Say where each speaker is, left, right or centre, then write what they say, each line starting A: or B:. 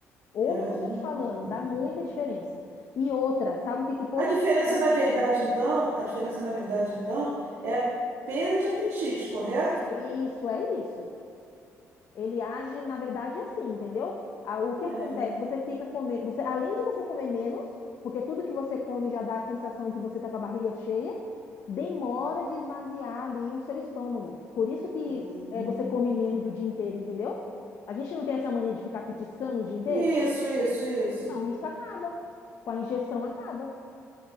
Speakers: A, on the left (about 60°); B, on the right (about 75°).
A: Ouve
B: Caramba,
A: o que eu tô te falando,
B: amiga.
A: dá muita diferença. E outra, sabe o que que potencializa?
B: A diferença, na verdade, então, a diferença, na verdade, então, é a perda de apetite, correto?
A: Isso, é isso. Ele age, na verdade, assim, entendeu? Ah, O que
B: É.
A: que acontece? Você fica comendo, você, além de você comer menos, porque tudo que você come já dá a sensação que você tá com a barriga cheia, demora de esvaziar ali o seu estômago. Por isso que
B: Hum.
A: eh, você come menos o dia inteiro, entendeu? A gente não tem essa mania de ficar petiscando o dia inteiro?
B: Isso, isso, isso.
A: Então, isso acaba. Com a injeção acaba.